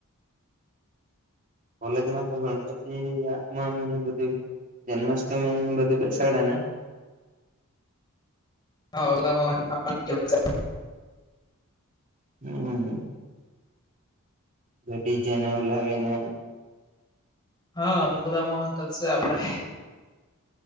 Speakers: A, on the right; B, on the left.
A: કોલેજ માં તો ગણપતિ આગમન ને એ બધુય જન્માષ્ટમી ને બધું બેસાડે ને?
B: <unintelligible>
A: હમ. ને ડીજે ને બોલાવીને
B: હા <unintelligible> કરશે આપડે.